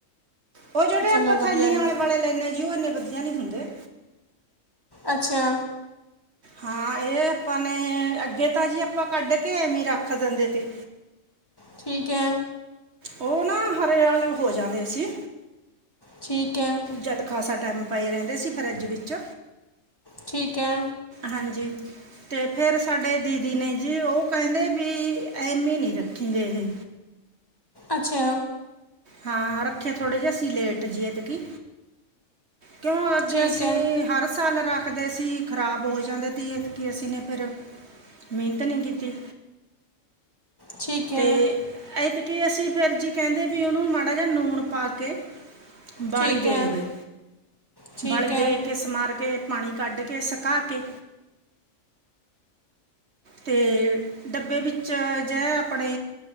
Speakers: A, on the right (about 55°); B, on the left (about 20°).
A: ਉਹ ਜਿਹੜੇ
B: ਚਲੋ
A: ਆਪਾਂ
B: ਵਧੀਆ
A: ਥੈਲੀਆਂ
B: ਹੈ
A: ਆਲੇ ਬੜੇ ਇਨਾ ਜੀ ਉਹ ਓੰਨੇ ਵਧੀਆ ਨਹੀਂ ਹੁੰਦੇ
B: ਅੱਛਾ।
A: ਹਾਂ ਇਹ ਆਪਾਂ ਨੇ, ਅੱਗੇ ਤਾਂ ਜੀ ਆਪਾਂ ਕੱਢ ਕੇ ਐਵੇਂ ਰੱਖ ਦਿੰਦੇ ਤੇ
B: ਠੀਕ ਹੈ।
A: ਉਹ ਨਾ ਹਰੇ ਹਾਲ ਹੋ ਜਾਂਦੇ ਸੀ।
B: ਠੀਕ ਹੈ।
A: ਜਦ ਖਾਸਾ ਟਾਈਮ ਪਾਏ ਰਹਿੰਦੇ ਸੀ ਫਰਿੱਜ ਵਿੱਚ
B: ਠੀਕ ਹੈ।
A: ਹਾਂਜੀ। ਤੇ ਫਿਰ ਸਾਡੇ ਦੀਦੀ ਨੇ ਜੀ ਉਹ ਕਹਿੰਦੇ ਵੀ ਐਮੀ ਹੀ ਨਹੀਂ ਰੱਖੀਦੇ ਇਹ।
B: ਅੱਛਾ।
A: ਹਾਂ, ਰੱਖੇ ਥੋੜੇ ਜਿਹੇ ਅਸੀ ਲੇਟ ਜੀਏ ਤੇ ਕੀ ਕਿਉਂ, ਅੱਗੇ
B: ਠੀਕ
A: ਅਸੀਂ
B: ਹੈ
A: ਹਰ ਸਾਲ ਰ ਰਦੇ ਸੀ, ਖ਼ਰਾਬ ਹੋ ਜਾਂਦੇ ਤੀ ਅਐਤਕੀ ਅਸੀਂ ਫਿਰ ਮਿਹਨਤ ਨਹੀਂ ਕੀਤੀ
B: ਠੀਕ ਹੈ
A: ਤੇ ਇਤ ਕੀ ਅਸੀਂ ਫਿਰ ਜੀ ਕਹਿੰਦੇ ਵੀ ਉਹਨੂੰ ਮਾੜਾ ਜਿਹਾ ਨੂਣ ਪਾ ਕੇ ਬਾਹਲੀ
B: ਠੀਕ
A: ਦੇ
B: ਹੈ
A: ਦੇਵੇ
B: ਠੀਕ
A: ਬਾਹਲੀ
B: ਹੈ
A: ਦੇ ਕੇ ਸਮਾਰ ਕੇ ਪਾਣੀ ਕੱਢ ਕੇ, ਸੁਕਾ ਕੇ ਤੇ ਡੱਬੇ ਵਿੱਚ ਜੇ ਅਪਣੇ